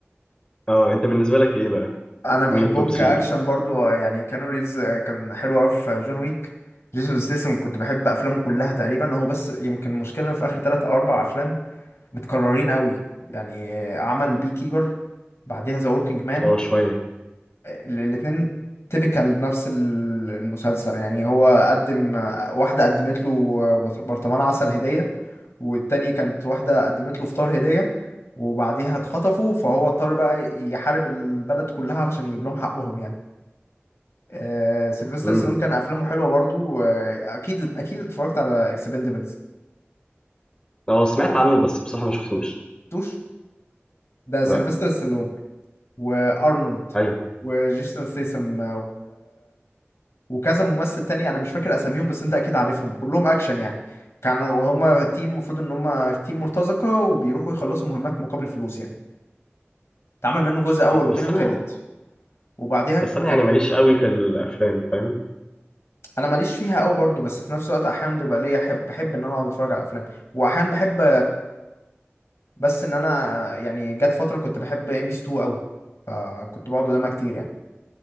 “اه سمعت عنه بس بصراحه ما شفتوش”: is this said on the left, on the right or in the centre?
Left